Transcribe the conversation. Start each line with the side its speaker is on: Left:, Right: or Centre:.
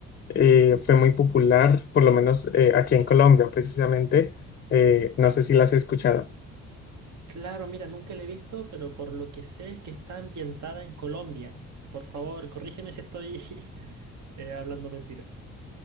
Left: eh, fue muy popular, por lo menos eh, aquí en Colombia, precisamente, eh, no sé si la has escuchado.
Right: claro, mira, nunca la he visto, pero por lo que sé es que está ambientada en Colombia. Por favor, corrígeme si estoy <laughs> eh, hablando mentiras.